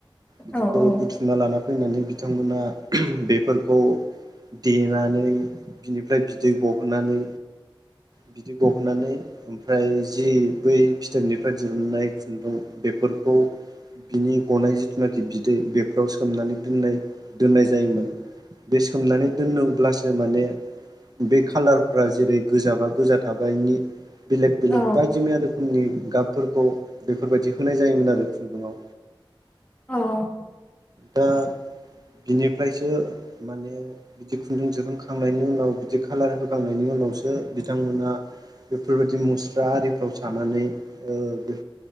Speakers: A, on the right; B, on the left.
A: बिदिखौ
B: औ औ
A: बुथुमना लाना फैनानै बिथांमोना बेफोरखौ देनानै बिनिफ्राय बिदै गब बोनानै बिदि गहोनानै ओमफ्राय जि बै फिथोबनिफ्राय दिरुननाय खुन्दुं बे बेफोरखौ बिनि गनाय जिथुनाखि बिदै बेफोराव सोमनानै दोननाय दोननाय जायोमोन बे सोमनानै दोनोब्लासो माने बे खाालारफ्रा जेरै गोजाबा गोजा थाबाय नि बेलेग बेलेग
B: औ
A: बायदि मैया रोखोमनि गाब फोर खौ बेफोरबायदि होनाय जायोमोन आरो खुन्दुंआव
B: औ औ
A: दा बिनिफ्रायसो माने बिदि खुन्दुं दिरुंखांनायनि उनाव बिदि खालार होखांनायनि उन उनावसो बिथांमोनहा बेफोरबायदि मुस्रा आरिफ्राव सानानै ओ बे